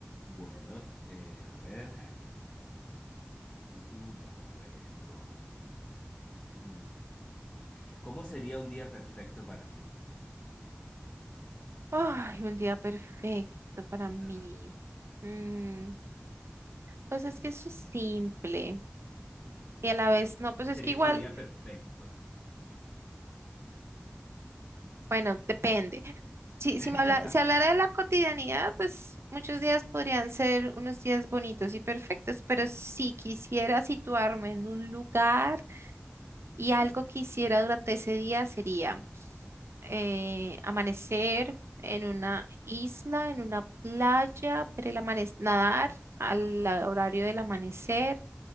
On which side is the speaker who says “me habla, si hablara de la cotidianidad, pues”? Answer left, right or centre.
Right